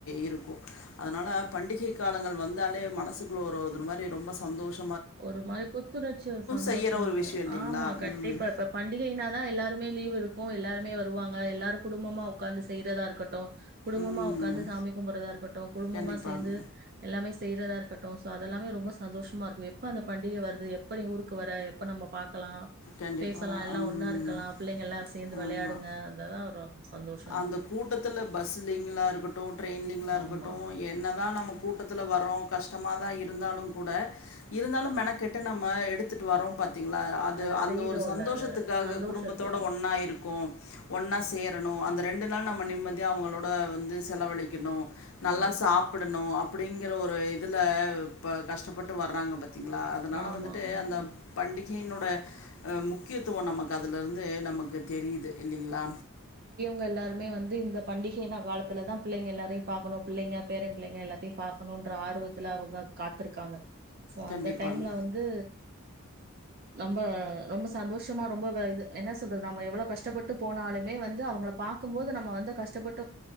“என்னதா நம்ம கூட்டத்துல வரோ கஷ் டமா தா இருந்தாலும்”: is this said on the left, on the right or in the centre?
Left